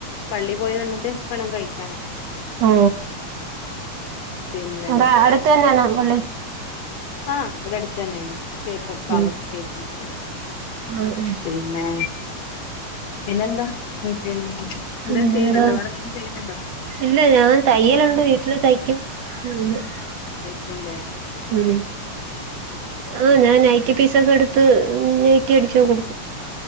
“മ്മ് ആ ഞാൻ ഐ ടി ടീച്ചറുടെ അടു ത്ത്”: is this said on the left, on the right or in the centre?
Right